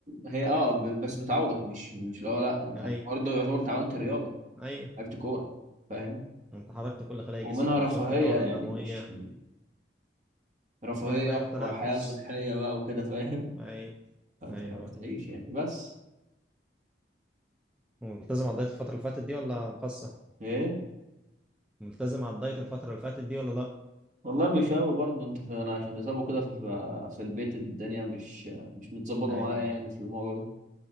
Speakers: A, on the right; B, in the centre.
A: هي اه ب... بس بتعوضك مش مش لا لا انت
B: ايوه
A: برضه يعتبر انت عملت رياضه
B: ايوه
A: لعبت كوره فاهم
B: انت حركت كل خلايا
A: ومنها
B: جسمك ونشطت
A: رفاهيه
B: الدوره
A: يعني
B: الدمويه
A: مش رفاهيه
B: ونرفع ايوه التنافس
A: وحياه صحيه بقى وكده فاهم
B: اي
A: فانت
B: ايوه
A: بتعيش يعني بس
B: ملتزم على الدايت الفتره اللي فاتت دي ولا مخصص
A: ايه
B: ملتزم على الدايت الفترة اللي فاتت دي ولا لأ؟
A: والله مش قوي برضه انت في انا عشان اصابه كده في, في في البيت الدنيا مش مش متظبطه
B: يعني
A: معايا يعني في الموضوع ده